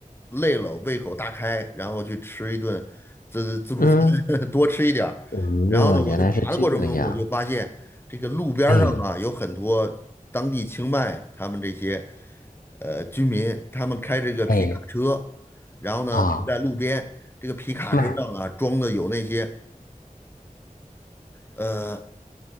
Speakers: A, on the left; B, on the left.
A: 累了，胃口大开，然后去吃一顿自自助餐，
B: 嗯，
A: <laughs> 多吃一点儿。
B: 呃，
A: 然后呢，我就爬的过程中，
B: 原来是这样。
A: 我就发现这个路边儿上啊，
B: 哎
A: 有很多当地清迈他们这些呃居民，他们开这个皮卡车，
B: 哎
A: 然后呢停在路边，
B: 啊，
A: 这个皮卡车上啊装的有那些。
B: 卖，
A: 呃。